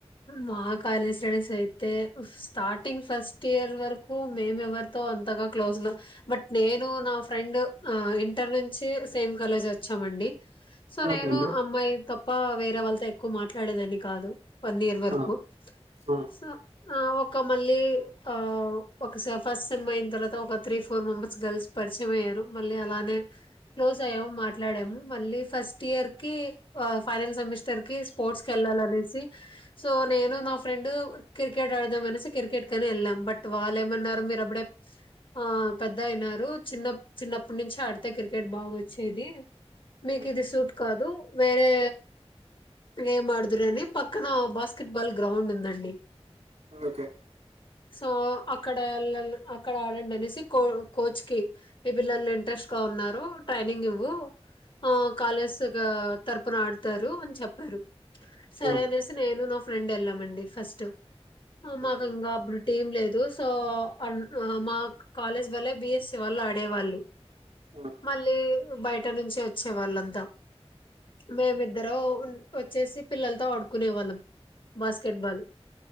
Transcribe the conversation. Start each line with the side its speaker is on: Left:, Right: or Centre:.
Left: మా కాలేజ్ స్టడీస్ అయితే స్టార్టింగ్ ఫస్ట్ ఇయర్ వరకు మేమ్ ఎవర్ తో అంతగా క్లోజ్ లొ బట్ నేను నా ఫ్రెండ్ అ ఇంటర్ నుంచి సేమ్ కాలేజ్ వచ్చా చ్చామండి. సో
Right: ఓకే
Left: నేను
Right: అండి
Left: అమ్మాయి తప్ప వేరే వాళ్ళతో ఎక్కువ మాట్లాడేదాన్ని కాదు. పన్నీర్ వరుకు
Right: ఆ, ఆ,
Left: సో ఆ ఒక మళ్ళీ ఆ ఒక స ఫస్ట్ సెమ్ అయిన తర్వాత ఒక త్రీ ఫోర్ మెంబర్స్ గర్ల్స్ పరిచయం అయ్యారు. మళ్ళీ అలానే క్లోజ్ అయ్యాము మాట్లాడము. మళ్ళీ ఫస్ట్ ఇయర్ కి ఫా ఫైనల్ సెమిస్టర్ కి స్పోర్ట్స్ కెళ్ళాలనేసి సో నేను నా ఫ్రెండ్ క్రికెట్ ఆడదామనేసి క్రికెట్ కని వెళ్ళాం బట్ వాళ్ళు ఏమన్నారు? మీరు అప్పుడేప్ ఆ పెద్ద అయినారు చిన్నప్ చిన్నప్పటి నుంచి ఆడితే క్రికెట్ బాగా వచ్చేది. మీకు
Right: ఆ,
Left: ఇది సూట్ కాదు. వేరే గేమ్ ఆడుదూరని పక్కన బాస్కెట్ బాల్ గ్రౌండ్ ఉందండి.
Right: ఓకే
Left: సో అక్కడ అల్లల్ అక్కడ ఆడండి అనేసి కో కోచ్ కి ఈ పిల్లలు ఇంట్రెస్ట్ తో ఉన్నారు ట్రైనింగ్ ఇవ్వు ఆ కాలేస్ గా తరపున ఆడుతారు అని చెప్పారు. సరే
Right: ఆ,
Left: అనేసి నేను నా ఫ్రెండ్ వెళ్ళామండి ఫస్ట్ మాకు
Right: ఓకే అండి
Left: ఇంగా అప్పుడు టీం లేదు. తో అమ్ మా కాలేజ్ వల్ల బిఎస్సి వాల్లు ఆడేవాళ్ళు.
Right: ఆ,
Left: మళ్ళీ బయట నుంచి వచ్చే వాళ్ళంతా మేము ఇద్దరు ఉన్ వచ్చేసి ల్ తో ఆడుకునే వాళ్ళం. బాస్కెట్ బాల్